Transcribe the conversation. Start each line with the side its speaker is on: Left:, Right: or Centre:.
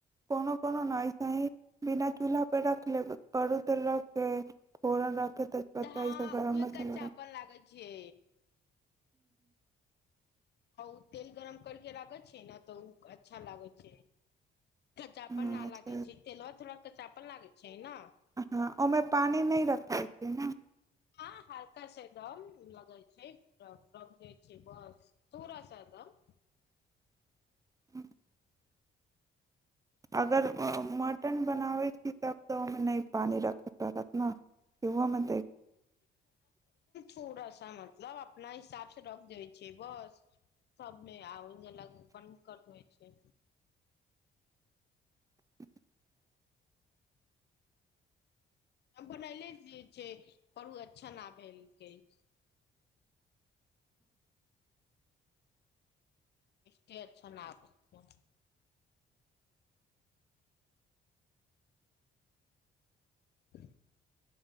Right: कोनो कोनो न ना चूल्हा परे रख लेब करू त रखे फोरन रख के तेजपत्ता
Left: तऽ हँ
Right: ई सब गरम
Left: उहे
Right: मसाला
Left: कच्चाापन
Right: रख
Left: लागै छै आ ओ तेल गरम करके राखै छै ने तऽ ओ अच्छा लागै छै कच्चाापन
Right: के
Left: न लागै छै तेल थोड़ा कच्चाापन लागै छै ने
Right: हँ ओहिमे पानि नहि रखैत छै न
Left: हँ हल्का सेदम लगै छै प्रम छै बस पूरा स त
Right: <inaudible> अगर मटन बनाबै छी तब तऽ ओहिमे नहि पानि रखय पड़त ने यहो म
Left: पूड़ सा मतलब अपना हिसाब से रख दै छै बस सबने आ अलग अपन करत होइ छै
Right: <inaudible>
Left: हम बनले रै छै करू ओ अच्छा न भेलकै छै टे अ छ न कर ह